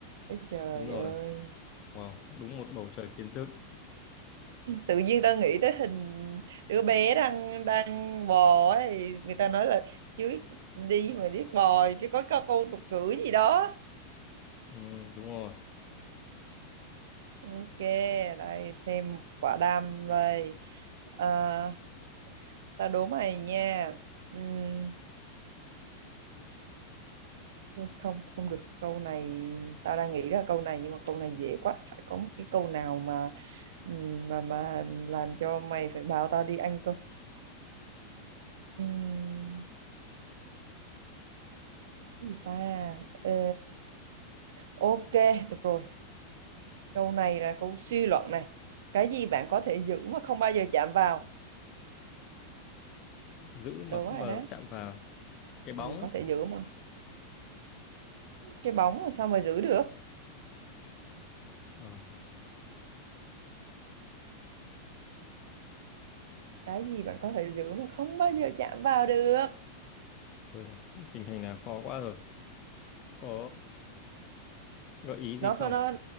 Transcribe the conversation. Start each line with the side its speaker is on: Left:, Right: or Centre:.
Right: Ôi trời
Left: đúng rồi
Right: ơi
Left: wow đúng một bầu trời kiến thức
Right: tự nhiên tao nghĩ tới hình đứa bé đang đang bò ấy người ta nói là chứ đi mà biết bò chứ có, có câu tục ngữ gì đó
Left: ừ, đúng rồi
Right: ok đây xem quả đam đây à, tao đố mày nha Ừm, thôi không không được câu này tao đang nghĩ ra câu này nhưng mà câu này dễ quá phải có một cái câu nào mà ừm, mà mà làm cho mày phải bảo tao đi ăn cơ Ừm, gì ta Ờ, ok được rồi câu này là câu suy luận này cái gì bạn có thể giữ mà không bao giờ chạm vào
Left: giữ mà
Right: đúng
Left: không
Right: rồi
Left: mà
Right: đó
Left: chạm vào cái bóng
Right: ừ, có thể giữ mà cái bóng mà sao mà giữ được
Left: Ờ,
Right: cái gì bạn có thể giữ mà không bao giờ chạm vào được
Left: thôi, tình hình này khó quá rồi có gợi ý gì
Right: nó
Left: không
Right: có- nó